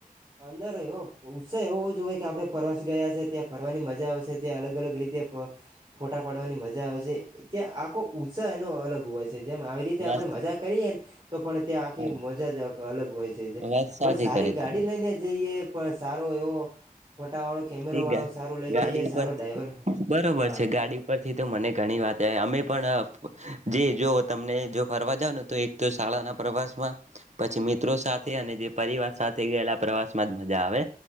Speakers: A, on the right (about 30°); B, on the right (about 50°).
A: અંદર એવ ઉત્સાહ એવો જ હોય કે આપડે પ્રવાસ ગયા છે ત્યાં ફરવાની મજા આવશે ત્યાં અલગ અલગ રીતે ફ ફોટા પાડવાની મજા આવશે ત્યાં આખો ઉત્સાહ એનો અલગ હોય છે જેમ આવી રીતે
B: વાત
A: આપડે મજા કરીએ ને તો પણ ત્યાં આખી
B: હા
A: મજા જ આ અલગ હોય છે
B: વાત
A: આપણે
B: સાચી
A: સારી
B: કરી
A: ગાડી
B: તમે
A: લઈને જઈએ પણ સારો એવો વાળો કેમેરો
B: તે
A: વાળો
B: ગા
A: સારો લઈ
B: ગાડી
A: જઈએ
B: ઉપર
A: સારો ડ્રાઈવર
B: બરોબર
A: હા
B: છે ગાડી ઉપરથી તો મને ઘણી વાત અમે પણ જે જો તમને જો ફરવા જાવ ને તો એક તો શાળાના પ્રવાસ માં, પછી મિત્રો સાથે અને જે પરિવાર સાથે ગયેલા પ્રવાસ માં જ મજા આવે.